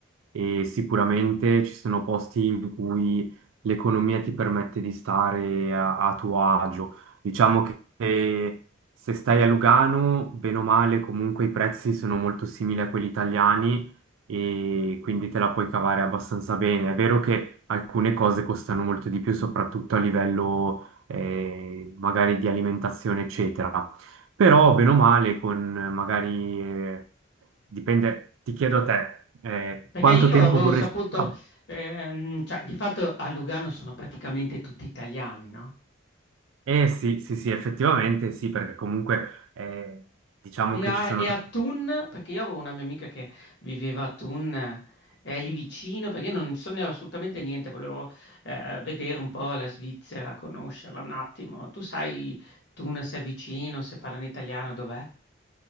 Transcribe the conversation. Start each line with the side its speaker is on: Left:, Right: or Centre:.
Right: e sicuramente ci sono posti in cui l'economia ti permette di stare a, a tuo agio. Diciamo che eh, se stai a Lugano, bene o male, comunque i prezzi sono molto simili a quelli italiani e quindi te la puoi cavare abbastanza bene. È vero che alcune cose costano molto di più, soprattutto a livello eh, magari di alimentazione, eccetera. Però, bene o male, con eh, magari, eh, dipende, ti chiedo a te, eh,
Left: Perché
Right: quanto
Left: io
Right: tempo
Left: avevo
Right: vorresti
Left: saputo,
Right: fare?
Left: ehm, cioè, di fatto a Lugano sono praticamente tutti italiani, no?
Right: Eh sì, sì, sì, effettivamente sì, perché comunque eh, diciamo
Left: E
Right: che
Left: a,
Right: ci sono...
Left: e
Right: tra-
Left: a Thun, perché io avevo una mia amica che viveva a Thun, eh, lì vicino, perché io non so ne- assolutamente niente, volevo eh, vedere un po' la Svizzera, conoscerla un attimo. Tu sai Thun se è vicino, se parlano italiano, dov'è?